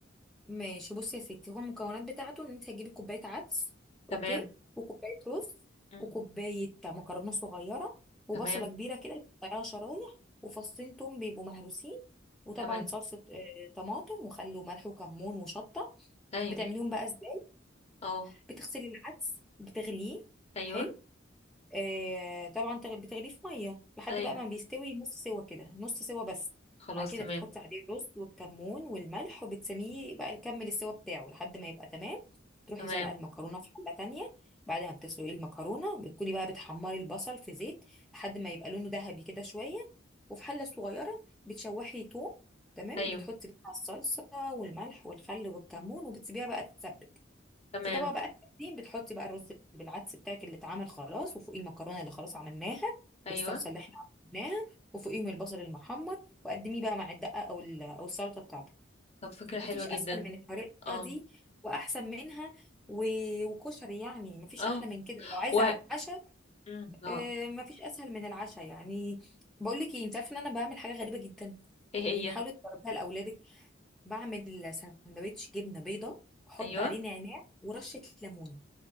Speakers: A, in the centre; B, on the left (about 35°).
A: ماشي بصي يا ستي هو المكونات بتاعته ان انت هتجيبي كوبايه عدس
B: تمام
A: اوكي وكوبايه رز
B: تمام.
A: وكوبايه مكرونه صغيره وبصله
B: تمام
A: كبيره كده تقطعيها شرايح وفصين توم بيبقوا مهروسين وطبعا
B: تمام
A: صلصه آه، طماطم وخل وملح وكمون وشطه
B: ايوه
A: بتعمليهم بقى ازاي
B: اه
A: بتغسلي العدس بتغليه
B: ايوه
A: حلو آه طبعا تغ- بتغليه في ميه لحد
B: ايوه
A: بقى ما بيستوي نص سوا كده نص سوا بس
B: خلاص
A: بعد كده
B: تمام
A: بتحطي عليه الرز والكمون والملح وبتسميه بقى يكمل السوا بتاعه لحد ما يبقى تمام تروحي
B: تمام
A: سلقه المكرونه في حله تانية بعد ما بتسلقي المكرونه بتكوني بقى بتحمري البصل في زيت لحد ما يبقى لونه ذهبي كده شويه وفي حله صغيره بتشوحي توم تمام
B: ايوه
A: بتحطي بقى الصلصه والملح والخل والكمون وبتسيبيها بقى تتسبك
B: تمام
A: في طبق بقى تقديم بتحطي بقى الرز بالعدس بتاعك اللي اتعمل خلاص وفوقيه المكرونه اللي خلاص عملناها
B: ايوه
A: والصلصه اللي احنا عملناها وفوقيهم البصل المحمر وقدميه بقى مع الدقه او ال- او السلطه بتاعتك
B: طب فكرة حلوة
A: مفيش
B: جدا
A: اسهل من الطريقه
B: اه
A: دي واحسن منها و... وكشري يعني مفيش
B: اه
A: احلى من كده لو عايزه
B: و
A: عشاء
B: امم اه
A: آه، مفيش اسهل من العشاء يعني بقول لك ايه انت عارفه ان انا بعمل حاجه غريبه جدا
B: ايه هي
A: يعني حاولي تجربيها لاولادك بعمل سندوتش جبنه بيضه احط
B: ايوه
A: عليه نعناع ورشه ليمون